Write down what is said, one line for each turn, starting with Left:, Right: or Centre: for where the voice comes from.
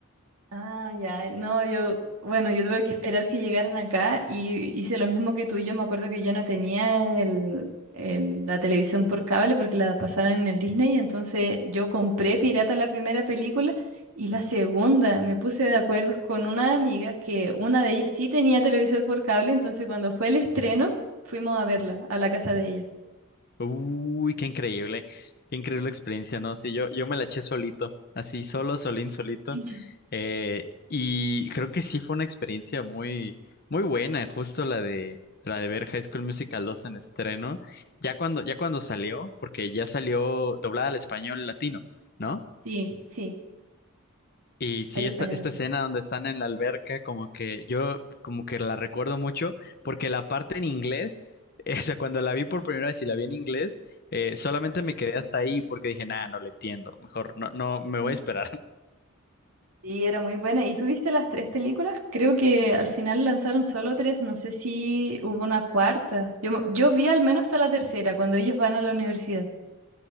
Right: Ah, ya, eh, no, yo, bueno, yo tuve que esperar que llegaran acá y hice lo mismo que tú. Yo me acuerdo que yo no tenía el, el- la televisión por cable porque la pasaron en el Disney, entonces yo compré pirata la primera película y la segunda me puse de acuerdo con una amiga que una de ellas sí tenía televisión por cable, entonces cuando fue el estreno fuimos a verla a la casa de ella.
Left: Uy, qué increíble, qué increíble experiencia, ¿no? Sí, yo, yo me la eché solito, así, solo, solín, solito.
Right: Ujú.
Left: Eh, y creo que sí fue una experiencia muy, muy buena, justo la de, la de ver High School Musical 2 en estreno. Ya cuando, ya cuando salió, porque ya salió doblada al español latino, ¿no?
Right: Sí, sí,
Left: Y sí,
Right: al español
Left: esta, esta
Right: latino.
Left: escena donde están en la alberca, como que yo como que la recuerdo mucho, porque la parte en inglés, <laughs> eh, o sea, cuando la vi por primera vez y la vi en inglés, eh, solamente me quedé hasta ahí porque dije, nada, no le entiendo, mejor no, no, me voy
Right: Ujú,
Left: a esperar.
Right: Sí, era muy buena. ¿Y tú viste las tres películas? Creo que al final lanzaron solo tres, no sé si hubo una cuarta. Yo, me- yo vi al menos hasta la tercera, cuando ellos van a la universidad.